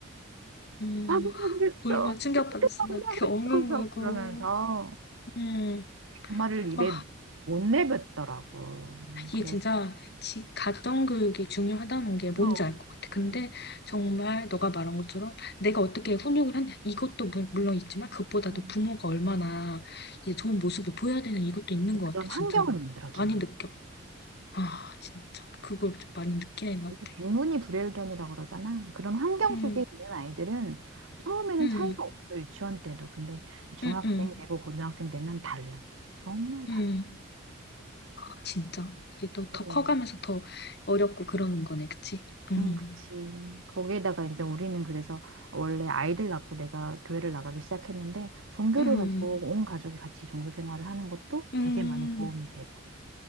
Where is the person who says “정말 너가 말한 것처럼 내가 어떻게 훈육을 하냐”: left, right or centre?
Left